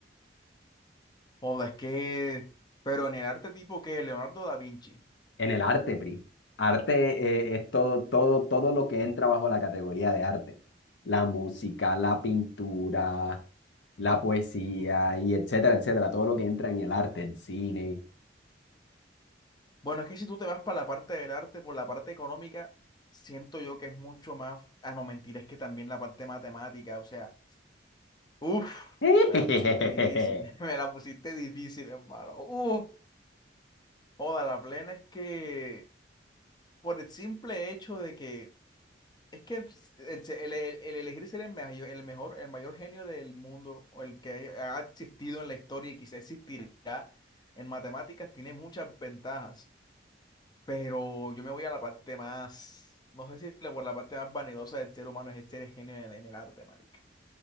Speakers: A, on the left (about 25°); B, on the left (about 80°).
A: Joda, es que, pero en el arte tipo que Leonardo da Vinci.
B: En el arte, Pri. Arte, eh, es todo, todo, todo lo que entra bajo la categoría de arte. La música, la pintura, la poesía y etcétera, etcétera. Todo lo que entra en el arte, el cine.
A: Bueno, es que si tú te vas para la parte del arte, por la parte económica, siento yo que es mucho más, a no mentir, es que también la parte matemática, o sea, uff,
B: <laughs>
A: me la pusiste difícil, <laughs> me la pusiste difícil, hermano. Uff, joda, la plena es que por el simple hecho de que Es que el, el- el- el elegir ser el mayor, el mejor, el mayor genio del mundo o el que ha existido en la historia y quizá existirá en matemáticas tiene muchas ventajas, pero yo me voy a la parte más, no sé si le- por la parte más vanidosa del ser humano es ser el genio en, en el arte, marica.